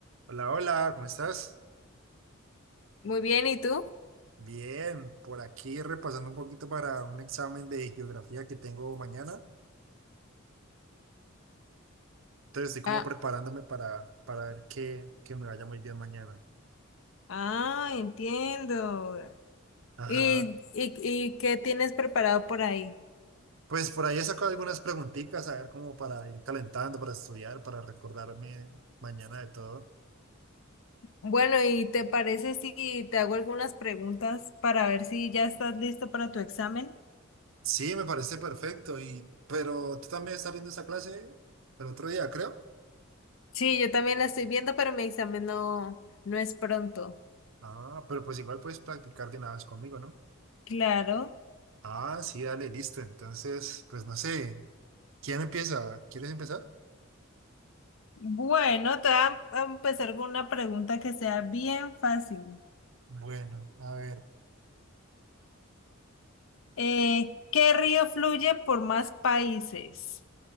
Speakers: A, on the right (about 70°); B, on the left (about 70°).
A: Hola, hola, ¿cómo estás?
B: Muy bien, ¿y tú?
A: Bien, por aquí repasando un poquito para un examen de geografía que tengo mañana. Entonces estoy como
B: Ah,
A: preparándome para, para ver que, que me vaya muy bien mañana.
B: Ah, entiendo.
A: Ajá.
B: ¿y, y, y qué tienes preparado por ahí?
A: Pues por ahí he sacado algunas preguntitas, a ver como para ir calentando, para estudiar, para recordarme mañana de todo.
B: Bueno, ¿y te parece si te hago algunas preguntas para ver si ya estás listo para tu examen?
A: Sí, me parece perfecto. Y, pero tú también estás viendo esa clase el otro día, creo.
B: Sí, yo también la estoy viendo, pero mi examen no, no es pronto.
A: Ah, pero pues igual puedes practicar de una vez conmigo, ¿no?
B: Claro.
A: Ah, sí, dale, listo. Entonces, pues no sé. ¿Quién empieza? ¿Quieres empezar?
B: Bueno, te voy a a empezar con una pregunta que sea bien fácil.
A: Bueno, a ver.
B: Eh, ¿qué río fluye por más países?